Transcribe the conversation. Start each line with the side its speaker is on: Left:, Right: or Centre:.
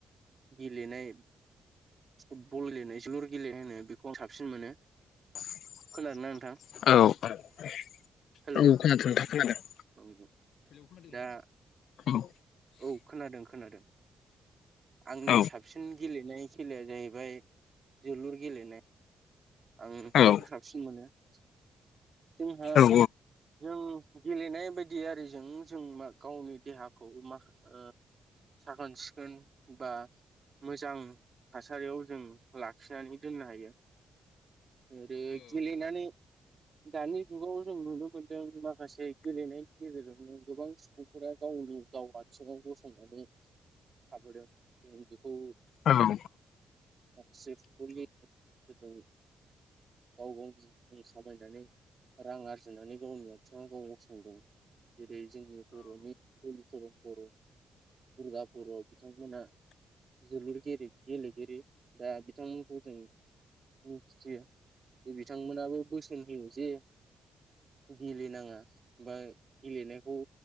Right: गेलेनाय फुटबल गेलेनाय जोलुर गेलेनाय होनो बेखौ आं साबसिन मोनो
Left: औ औ
Right: खोनादोंना नोंथां
Left: औ खोनादों नोंथां
Right: हेलौ
Left: खोनादों
Right: औ दा
Left: औ
Right: औ खोनादों खोनादों आंनि
Left: औ
Right: साबसिन गेलेनाय खेलाया जाहैबाय जोलुर गेलेनाय आं
Left: औ
Right: बेखौ
Left: औ
Right: साबसिन मोनो <inaudible> जोंहा
Left: औ
Right: जों गेलेनाय बायदि आरिजों जों मा गावनि देहाखौ माख ओ साखोन सिखोन बा मोजां थासारियाव जों लाखिनानै दोननो हायो आरो गेले नानै दानि जुगाव जों नुनो मोनदों माखासे गेलेनायनि गेजेरजोंनो गोबां सुबुंफोरा गावनि गाव आथिङाव गसंनानै थाबोदों जों बेखौ
Left: औ औ
Right: जो फुटबलनि गेजेरजों गाव गाव बि सामायनानै रां आरजिनानै गावनि आथिङाव गाव गसंदों बे जोंनि बर'नि <unintelligible> बर' दुर्गा बर' बिथांमोना जोलुर गेले गेलेगिरि दा बिथांमोनखौ जों मिथियो बिथांमोनाबो बोसोन होयो जे गेलेनाङा बा गेलेनायखौ